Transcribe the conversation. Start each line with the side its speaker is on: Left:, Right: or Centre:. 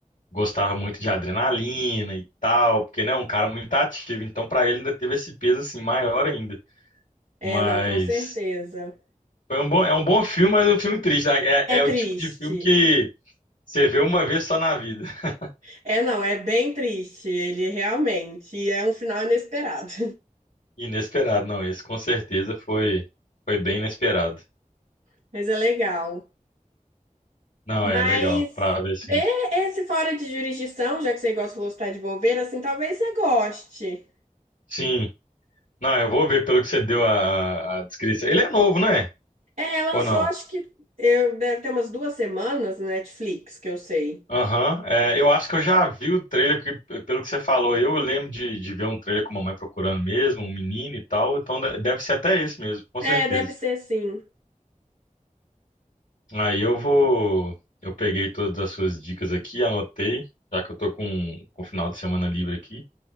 Left: gostava muito de adrenalina e tal, porque, né, é um cara muito ativo, então pra ele ainda teve esse peso, assim, maior ainda.
Right: É,
Left: Mas
Right: não, com certeza.
Left: foi um bom, é um bom filme, mas é um filme triste. né? É,
Right: É
Left: é o
Right: triste.
Left: tipo de filme que você vê uma vez só na vida. <laughs>
Right: É, não, é bem triste, ele realmente. E é um final inesperado.
Left: Inesperado, não, esse com certeza foi, foi bem inesperado.
Right: <laughs> Mas é legal.
Left: Não, é
Right: Mas
Left: legal, pra ver, sim.
Right: ver esse Fora de Jurisdição, já que você gosta, falou que tá de bobeira, assim, talvez você goste.
Left: Sim, não, eu vou ver pelo que você deu a, a descrição. Ele é novo, né?
Right: É, lançou,
Left: Ou não?
Right: acho que eu, deve ter umas duas semanas no Netflix, que eu sei.
Left: Aham, é, eu acho que eu já vi o trailer, porque p- pelo que você falou, eu lembro de, de ver um trailer com a mamãe procurando mesmo, um menino e tal, então de- deve ser até esse mesmo, com
Right: É,
Left: certeza.
Right: deve ser sim.
Left: Aí eu vou, eu peguei todas as suas dicas aqui, anotei, já que eu tô com, com o final de semana livre aqui,